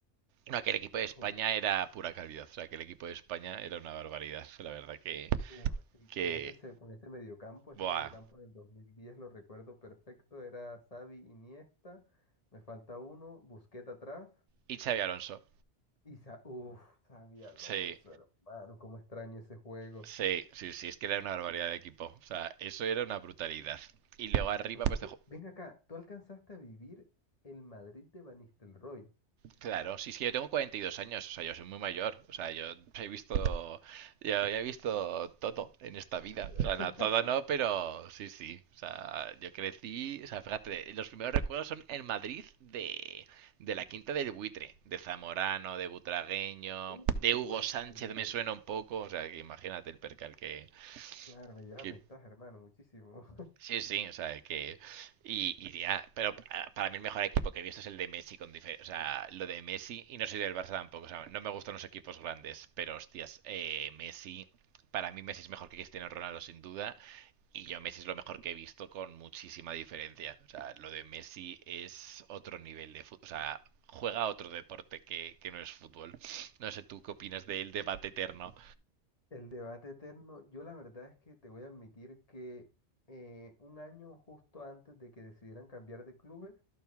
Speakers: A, on the right; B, on the left.
A: No, aquel equipo
B: jo-
A: de España era pura calidad. O sea, aquel equipo de España era una barbaridad. La verdad que...
B: Uf, sí,
A: que...
B: con ese, se- con ese mediocampo, ese
A: Buah.
B: mediocampo del 2010 lo recuerdo perfecto. Era Xavi, Iniesta. Me falta uno. Busquets atrás.
A: Y Xavi Alonso.
B: Y, Sa- uf, Xavi Alonso,
A: Sí.
B: hermano. Cómo extraño ese juego.
A: Sí, sí, sí, es que era una barbaridad de equipo. O sea, eso era una brutalidad. Y luego arriba,
B: O sea
A: pues
B: que,
A: dejó
B: ven acá, tú alcanzaste a vivir el Madrid de Van Nistelrooy.
A: Claro, sí, sí, yo tengo 42 años, o sea, yo soy muy mayor, o sea, yo <laughs> he visto, yo ya he visto todo en esta vida,
B: <laughs>
A: o sea, no, todo no, pero sí, sí, o sea, yo crecí, o sea, fíjate, los primeros recuerdos son en Madrid de, de la Quinta del Buitre, de Zamorano, de Butragueño,
B: Uh,
A: de Hugo
B: Guay,
A: Sánchez
B: si no llegué.
A: me suena un poco, o sea, que imagínate el percal que,
B: Claro, me lleva
A: que
B: ventaja, hermano, muchísimo.
A: Sí, sí, o sea, que. Y, y ya, pero pa- para mí el mejor equipo que he visto es el de Messi, con dife- o sea, lo de Messi, y no soy del Barça tampoco, o sea, no me gustan los equipos grandes, pero hostias, eh, Messi, para mí Messi es mejor que Cristiano Ronaldo sin duda, y yo Messi es lo mejor que he visto con muchísima diferencia, o sea, lo de Messi es otro nivel de fútbol, o sea, juega otro deporte que, que no es fútbol. No sé, ¿tú qué opinas del debate eterno?
B: <laughs> El debate eterno, yo la verdad es que te voy a admitir que eh, un año justo antes de que decidieran cambiar de clubes,